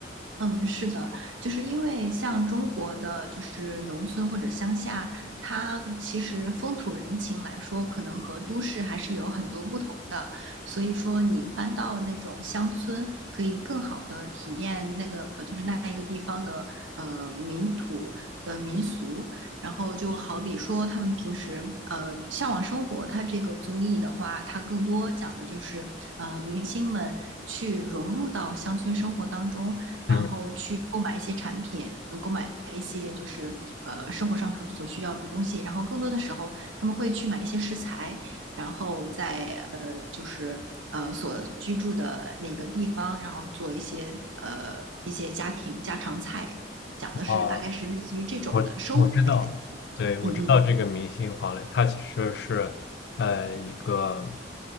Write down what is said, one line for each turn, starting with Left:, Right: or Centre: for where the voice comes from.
Right: 嗯，是的，就是因为像中国的就是农村或者乡下，它其实风土人情来说，可能和都市还是有很多不同的。所以说，你搬到那种乡村，可以更好的体验那个呃，就是那一个地方的呃民土的民俗。然后就好比说，他们平时呃《向往生活》它这个综艺的话，它更多讲的就是呃明星们去融入到乡村生活当中。然后去购买一些产品，
Left: 嗯。
Right: 能购买一些就是呃生活上所所需要的东西。然后更多的时候，他们会去买一些食材，然后在呃就是呃所居住的那个地方，然后做一些呃一些家庭家常菜，讲的是大概是类似于这种的生活类的。
Left: 哦我我知道，对，我知道这个明星黄磊，
Right: 嗯嗯，
Left: 他其实是呃一个，